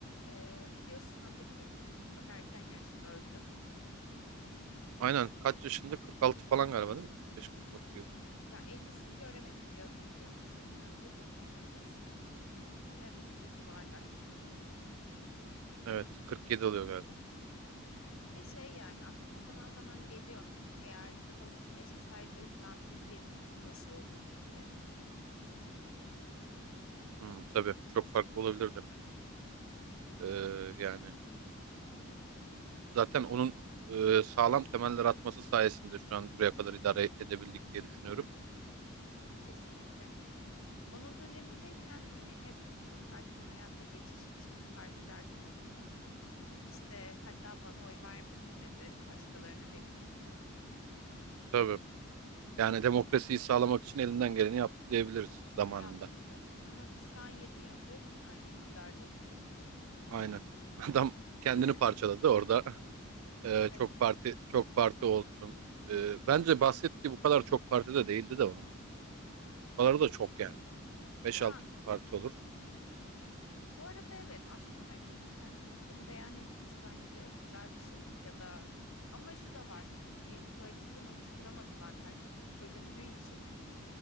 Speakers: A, on the left; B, on the right.
A: Ee, biliyorsun Atatürk çok erken yaşta öldü.
B: Aynen. Kaç yaşında? 46 falan galiba değil mi? 45-46 gibi.
A: Ya 50'sini göremedi diye hatırlıyorum. 81, 38. Evet, o civarlar.
B: Evet. 47 oluyor galiba.
A: Ve şey yani aklıma zaman zaman geliyor hani eğer daha uzun yaşasaydı şu an Türkiye'nin durumu nasıl olurdu diye.
B: Hmm, tabii. Çok farklı olabilirdi. Ee, yani zaten onun e, sağlam temeller atması sayesinde şu an buraya kadar idare edebildik diye düşünüyorum.
A: Kesinlikle. Onun dönemindeyken hani hep çok partili hayata geçiş için partiler kurdu. İşte hatta bana oy vermeyin dedi, başkalarına verin dedi.
B: Tabii. Yani demokrasiyi sağlamak için elinden geleni yaptı diyebiliriz zamanında.
A: Yaptı. Ama biz şu an 20 yıldır aynı iktidardayız.
B: Aynen. <laughs> Adam kendini
A: <laughs>
B: parçaladı orada. Ee,
A: Evet.
B: çok parti çok parti olsun. Ee, bence bahsettiği bu kadar çok parti de değildi de onun. Bu kadar da çok yani. 5-6
A: Ya
B: parti olur.
A: bu arada evet aslında herkesin kendi fikrini beyan etmesi bence güzel bir şey ya da ama şu da var hani bir koalisyon oluşturamadılar herkes çok bölündüğü için